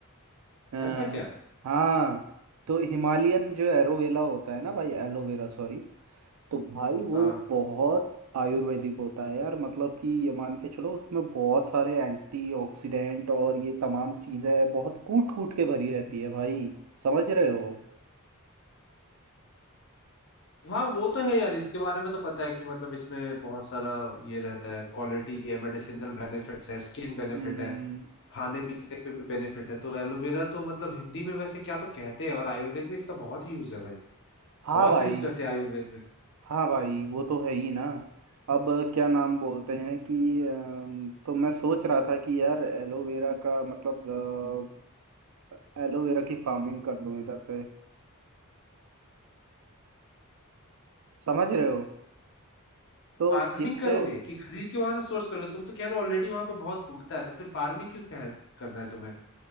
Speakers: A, on the right; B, on the left.
A: हाँ
B: ऐसा क्या
A: हाँ, तो हिमालयन जो एरोवेला होता है ना भाई एलोवेरा सॉरी तो भाई वो
B: हाँ
A: बहुत आयुर्वेदिक होता है यार मतलब कि ये मान के चलो उसमें बहुत सारे एंटीऑक्सीडेंट और ये तमाम चीज़ें बहुत कूट कूट के भरी रहती है भाई समझ रहे हो
B: हाँ वो तो है यार इसके बारे में तो पता है कि मतलब इसमें बहुत सारा ये रहता है क्वालिटी है मेडिसिनल बेनिफिट्स है स्किन बेनिफिट
A: हम्म
B: है खाने पीने पे भी बेनिफिट है तो एलोवेरा तो मतलब हिंदी में वैसे क्या तो कहते हैं और आयुर्वेद में इसका बहुत यूज है भाई
A: हाँ
B: बहुत
A: भाई
B: यूज करते हैं आयुर्वेद में
A: हाँ भाई वो तो है ही ना अब क्या नाम बोलते हैं कि अम, तो मैं सोच रहा था कि यार एलोवेरा का मतलब अ, एलोवेरा की फार्मिंग कर लूँ इधर पे समझ रहे हो तो
B: फार्मिंग
A: जिससे
B: करोगे कि खरीद के वहां से सोर्स करोगे तुम तो कह रहे हो ऑलरेडी वहां पे बहुत उगता है तो फिर फार्मिंग क्यों कह, करना है तुम्हें